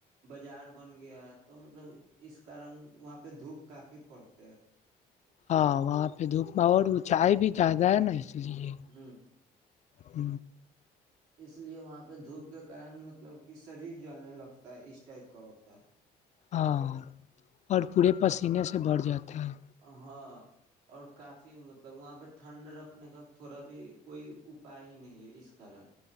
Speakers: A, on the right; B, on the left.
A: بازار بن گیا ہے تو مطلب اس کارن وہاں پہ دھوپ کافی فی پڑھتے
B: ہاں وہاں پہ دھوپ ب اور اون چائے بھی زیادہ ہے نا اس اس لیے
A: ہ
B: ہ
A: اس لیے وہاں پہ دھوپ کے کارن مطلب کہ شریر جلنے لگتا ہے اس ٹائپ کا ہوتا ہے
B: ہاں اور پورے پسینے سے بڑھ جاتے ہیں
A: ہاں اور کافی مطلب وہاں پہ ٹھنڈ رکھنے کا تھوڑا بھی کوئی اپائے ہی نہیں ہے اس کارن